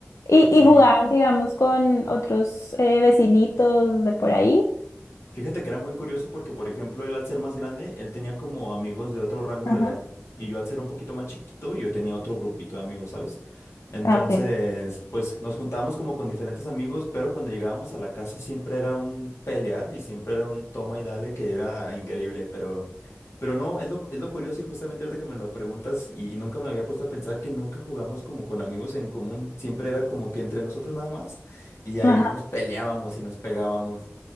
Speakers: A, on the left (about 85°); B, on the left (about 60°).
A: Y,
B: Sí,
A: y jugaban, digamos, con otros eh, vecinitos de por ahí.
B: Fíjate que era muy curioso porque, por ejemplo, él al ser más grande, él tenía como amigos de otro rango
A: Ajá.
B: de edad. Y yo al ser un poquito más chiquito, yo tenía otro grupito de amigos, ¿sabes? Entonces,
A: Ah, ok.
B: pues nos juntábamos como con diferentes amigos, pero cuando llegábamos a la casa siempre era un pelear y siempre era un toma y dale que era increíble, pero... Pero no, es lo, es lo curioso y justamente ahorita que me lo preguntas y, y nunca me había puesto a pensar que nunca jugamos como con amigos en común, siempre era como que entre nosotros nada más y ahí
A: Ajá.
B: nos peleábamos y nos pegábamos.